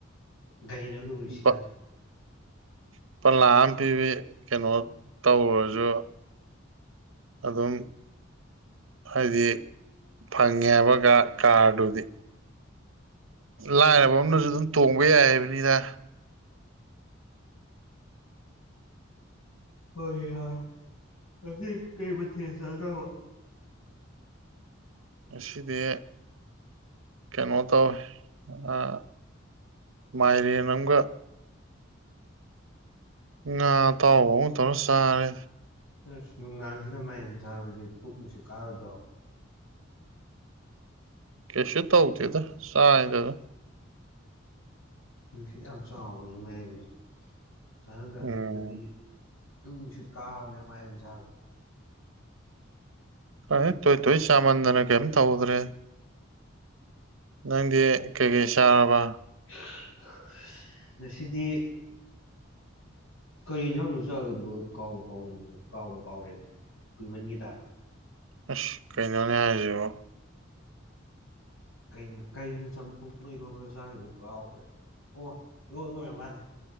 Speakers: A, on the left; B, on the right.
A: ꯀꯔꯤꯅꯣ ꯂꯨꯔꯤꯁꯤꯅ
B: ꯕ ꯂꯨꯄꯥ ꯂꯥꯛ ꯑꯃ ꯄꯤꯕꯤ ꯀꯩꯅꯣ ꯇꯧꯔꯨꯔꯖꯨ ꯑꯗꯨꯝ ꯍꯥꯏꯗꯤ ꯐꯪꯉꯦ ꯍꯥꯏꯕ ꯀꯥꯔꯗꯨꯗꯤ ꯂꯥꯏꯔꯕ ꯑꯃꯅꯁꯨ ꯑꯗꯨꯝ ꯇꯣꯡꯕ ꯌꯥꯏ ꯍꯥꯏꯕꯅꯤꯗ
A: ꯍꯣꯏ ꯍ ꯉꯁꯤ ꯀꯩ ꯃꯊꯦꯜ ꯆꯥꯅꯕ
B: ꯉꯁꯤꯗꯤ ꯀꯩꯅꯣ ꯇꯧꯋꯦ ꯑꯥ ꯃꯥꯏꯔꯦꯟ ꯑꯝꯒ ꯉꯥ ꯑꯇꯥꯎꯕ ꯑꯃꯒ ꯇꯧꯔ ꯆꯥꯔꯦ
A: ꯑꯁ ꯅꯨꯡꯗꯥꯡꯁꯤꯗ ꯃꯥꯏꯔꯦꯟ ꯆꯥꯕꯗꯤ ꯄꯨꯛ ꯅꯨꯡꯁꯤꯠ ꯀꯥꯔꯣꯏꯗ꯭ꯔꯣ
B: ꯀꯩꯁꯨ ꯇꯧꯗꯦꯗ ꯆꯥꯏꯗ ꯑꯗꯨꯝ
A: ꯅꯨꯁꯤꯠ ꯌꯥꯝ ꯆꯥꯎꯕꯅꯤ ꯃꯏꯔꯦꯟꯖꯦ ꯆꯥꯟꯅꯗꯕ
B: ꯎꯝ
A: ꯃꯤꯗꯗꯤ ꯗꯨꯝ ꯅꯨꯡꯁꯤꯠ ꯀꯥꯕꯅꯦ ꯃꯥꯥꯏꯔꯦꯟ ꯆꯥꯕ
B: ꯥꯈꯪꯗꯦ ꯇꯣꯏ ꯇꯣꯏ ꯆꯥꯃꯟꯗꯅ ꯀꯦꯝ ꯇꯧꯗ꯭ꯔꯦ ꯅꯪꯗꯤ ꯀꯩꯀꯩ ꯆꯥꯔꯕ
A: <unintelligible> ꯉꯁꯤꯗꯤ ꯀꯔꯤ ꯏꯟꯖꯥꯡꯅꯣ ꯆꯥꯒꯤꯗꯨꯕ ꯑꯩꯕꯣ ꯀꯥꯎꯕꯨ ꯀꯥꯎꯔꯦ ꯀꯥꯎꯕꯨ ꯀꯥꯎꯔꯦ ꯀꯨꯏꯃꯟꯒꯤꯗ
B: ꯑꯁ ꯀꯩꯅꯣꯅꯦ ꯍꯥꯏꯁꯤꯕꯣ
A: ꯀꯩ ꯀꯩꯅꯣ ꯆꯝꯐꯨꯠꯄꯨ ꯏꯔꯣꯝꯕꯔ ꯆꯥꯈꯤꯕꯗꯣ ꯀꯥꯎꯒ꯭ꯔꯦ ꯑꯣ ꯏꯔꯣꯝꯕ ꯑꯣꯔꯃꯥꯜꯂꯦ